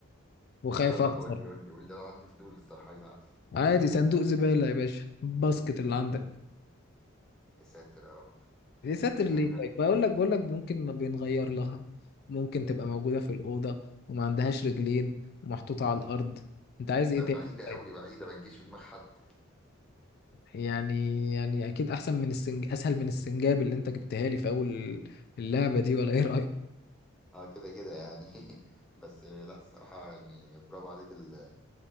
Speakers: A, on the left; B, in the centre.
A: وخايف
B: لا طب
A: اخسر
B: قول لي قول لي قول لي انا عندي فضول الصراحة عايز اعرف
A: عادي صندوق زبالة يا باشا باسكت اللي عندك
B: يا ساتر يا رب
A: يا ساتر
B: زي
A: ليه
B: ما كان-
A: طيب بقول لك بقول لك ممكن بنغير لها ممكن تبقى موجودة في الأوضة وما عندهاش رجلين ومحطوطة على الأرض انت عايز
B: ده
A: ايه تاني
B: بعيدة
A: طيب
B: قوي بعيدة ما تجيش في دماغ حد
A: يعني يعني اكيد احسن من السنج اسهل من السنجاب اللي انت جبتها لي في اول اللعبة دي ولا ايه رأيك
B: اه كده كده يعني <laughs> بس آه، لا الصراحة يعني برافو عليك ال-